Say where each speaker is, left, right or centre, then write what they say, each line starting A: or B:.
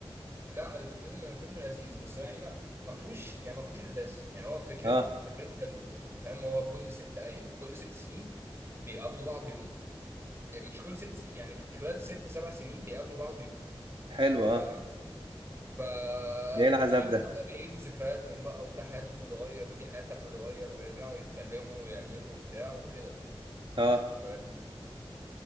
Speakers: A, on the right; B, on the right.
A: لا الفيلم فيلم لذيذ بس يعني ما ما فيهوش يعني ما فيهوش احداث يعني هو فكرته
B: اه
A: فكرته حلوه يعني فاهم هو كل ست اي كل ست سنين بيقابلوا بعض يوم يعني مش كل ست سنين يعني في خلال ست سبع سنين بيقابلوا بعض يوم
B: حلو
A: فاهم
B: اه
A: ففي
B: ده ايه العذاب
A: اليوم
B: ده
A: ده بقى بيعيدوا ذكرياتهم بقى وده حياته بتتغير ودي حياتها بتتغير ويرجعوا يتكلموا ويعملوا وبتاع وكده
B: اه
A: فاهمني؟